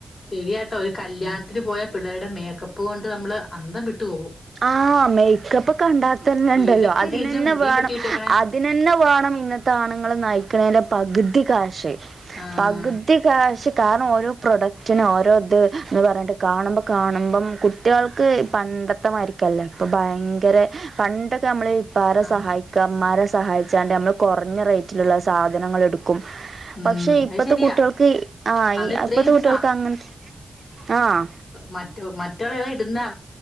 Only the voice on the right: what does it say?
ആഹ് മേയ്ക്കപ്പ് കണ്ടാത്തന്നെണ്ടല്ലോ
അതിനെന്നെ
വേണം
അതിനെന്നെ വേണം ഇന്നത്തെ ആണുങ്ങള് നയ്ക്കെണേന്റെ പക്തി കാശ്
പക്തി കാശ് കാ ഓരോ പ്രോഡക്റ്റ്ന് ഓരോത് ന്ന് പറഞ്ഞിട്ട് കാണുമ്പോ കാണുമ്പം കുട്ട്യാൾക്ക് പണ്ടത്തെ മാരിക്കല്ല അപ്പ ഭയങ്കര പണ്ടൊക്കമ്മള് ഇപ്പാരെ
സഹായിക്കാ ഇമ്മാരെ സഹായിച്ചാണ്ട്
ഞമ്മള് കുറഞ്ഞ റേയ്റ്റില്ള്ള സാധനങ്ങൾ എട്ക്കും.
പക്ഷെ ഇപ്പത്തെ
കുട്ട്യാൾക്ക് ആഹ്
യി
ഇപ്പത്തെ
കുട്ട്യാൾക്കങ്ങനെ ആഹ്